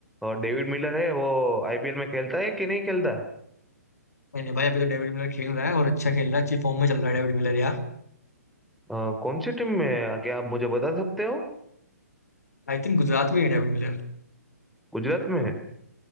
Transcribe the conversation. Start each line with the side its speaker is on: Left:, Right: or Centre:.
Centre: और डेविड मिलर है वो
Left: हम्म।
Centre: आईपीएल में खेलता है कि नहीं खेलता
Left: नहीं नहीं भाई अभी तो डेविड मिलर खेल रहा है और अच्छा खेल रहा है अच्छी फॉर्म में चल रहा है डेविड मिलर यार
Centre: अ, कौन सी टीम में है क्या आप मुझे बता सकते हो
Left: आई थिंक गुजरात में ही है डेविड मिलर
Centre: गुजरात में है